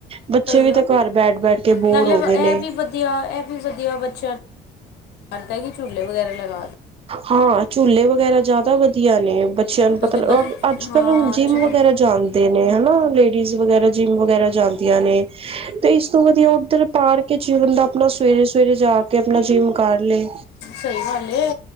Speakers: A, on the right (about 35°); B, on the left (about 80°).
A: ਬੱਚੇ
B: ਸਈ
A: ਵੀ
B: ਗ
A: ਤਾਂ ਘਰ ਬੈਠ ਬੈਠ ਕੇ ਬੋਰ
B: ਨਾਲੇ
A: ਹੋ
B: ਵ
A: ਗਏ ਨੇ
B: ਏਹ ਵੀ ਵਧੀਆ, ਏਹ ਵੀ ਵਧੀਆ ਬੱਚਿਆਂ ਨੂੰ ਕਰਦਾ ਹੈ ਕਿ ਝੂਲੇ ਵਗੈਰਾ ਲਗਾ ਦੇ
A: ਹਾਂ ਝੂਲੇ ਵਗੈਰਾ ਜਾਅਦਾ ਵਧੀਆ ਨੇ, ਬੱਚ ਬੱਚਿਆਂ ਨੂੰ
B: ਕਿਉਂਕਿ
A: ਪਤਾ ਅ
B: ਬੱਚ
A: ਬ ਅੱਜ
B: ਹਾਂ
A: ਕੱਲ ਹੁਣ ਜਿੰਮ
B: ਚਲ
A: ਵਗੈਰਾ ਜਾਂਦੇ ਨੇ, ਹੈਨਾਂ, ਲੇਡ ਲੇਡੀਜ਼ ਵਗੈਰਾ ਜਿੰਮ ਵਗੈਰਾ ਜਾਂਦੀਆਂ ਨੇ। ਤੇ ਇਸ ਤੋਂ ਵਧੀਆ ਉੱਧਰ ਪਾਰਕ ਈਚ ਬੰਦਾ ਅਪਣਾ ਸਵੇਰੇ-ਸਵੇਰੇ ਜਾ ਤੇ ਅਪਣਾ ਜਿਮ ਕਰ ਲੇ।
B: ਸਈ ਗੱਲ ਏ,